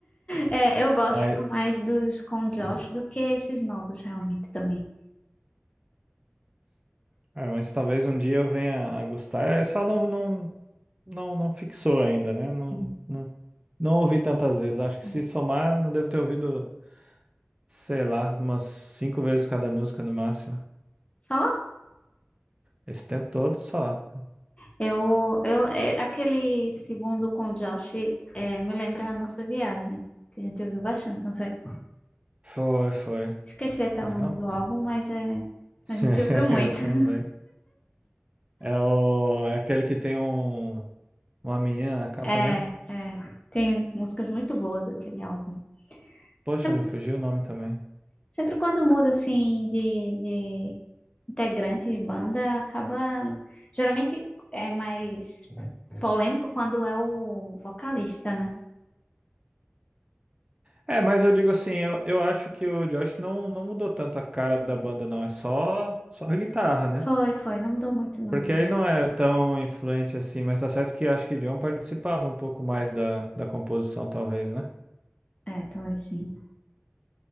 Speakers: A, on the left; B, on the right.
A: É, eu gosto
B: Mas,
A: mais dos com Josh do que esses novos, realmente, também.
B: é, mas talvez um dia eu venha a gostar. Eu só não, não, Não, não fixou ainda, né? Não,
A: Uhum.
B: não, não ouvi tantas vezes. Acho que
A: É.
B: se somar, não devo ter ouvido, sei lá, umas cinco vezes cada música no máximo.
A: Só?
B: Esse tempo todo só.
A: Eu, eu, é, aquele segundo com o Josh é, me lembra a nossa viagem, que a gente ouviu bastante, não foi?
B: Foi, foi.
A: Esqueci até
B: Realmente.
A: o nome do álbum, mas é,
B: <laughs>
A: a gente ouviu muito.
B: Eu também.
A: <laughs>
B: É, o, é aquele que tem um, uma menina na capa,
A: É,
B: né?
A: é, tem músicas muito boas aquele álbum.
B: Poxa,
A: Sempre,
B: me fugiu o nome também.
A: sempre quando muda, assim, de, de integrante de banda, acaba... Geralmente é mais polêmico quando é o vocalista, né?
B: É, mas eu digo assim, eu, eu acho que o Josh não, não mudou tanto a cara da banda, não. É só, só a guitarra, né?
A: Foi, foi, não mudou muito não
B: Porque
A: mesmo.
B: ele não era tão influente assim, mas tá certo que acho que John participava um pouco mais da, da composição, talvez, né?
A: É, talvez sim.